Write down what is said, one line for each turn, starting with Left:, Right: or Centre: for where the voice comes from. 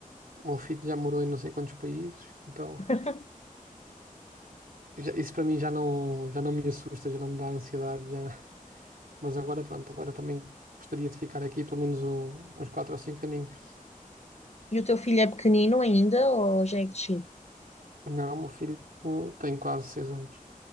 Right: o meu filho já morou em não sei quantos países, então
Left: <laughs>
Right: já- isso para mim já não, já não me assusta, já não me dá ansiedade, já. Mas agora, pronto, agora também gostaria de ficar aqui pelo menos um- uns quatro ou cinco aninhos.
Left: E o teu filho é pequenino ainda ou já é crescido?
Right: Não, meu filho uh, tem quase seis anos.